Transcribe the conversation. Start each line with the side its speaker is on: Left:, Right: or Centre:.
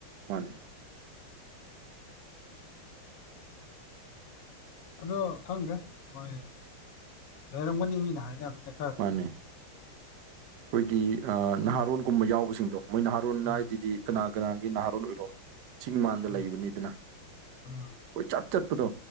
Right: ꯃꯥꯅꯦ
Left: ꯑꯗꯣ ꯈꯪꯗꯦ ꯃꯣꯏ ꯂꯩꯔꯝꯒꯅꯤ ꯃꯤꯅ ꯍꯥꯏꯅꯕ ꯅ
Right: ꯃꯥꯅꯦ ꯑꯩꯈꯣꯏꯒꯤ ꯅꯍꯥꯔꯣꯟꯒꯨꯝꯕ ꯌꯥꯎꯕꯁꯤꯡꯗꯣ ꯃꯣꯏ ꯅꯍꯥꯔꯣꯟ
Left: ꯎꯝ
Right: ꯍꯥꯏꯗꯨꯗꯤ ꯀꯅꯥ ꯀꯅꯥꯒꯤ ꯅꯍꯥꯔꯣꯟ ꯑꯣꯏꯔꯣ ꯆꯤꯡ ꯃꯥꯟꯗ
Left: ꯎꯝ
Right: ꯂꯩꯕꯅꯤꯗꯅ
Left: ꯎꯝ
Right: ꯀꯣꯏꯆꯠ ꯆꯠꯄꯗꯣ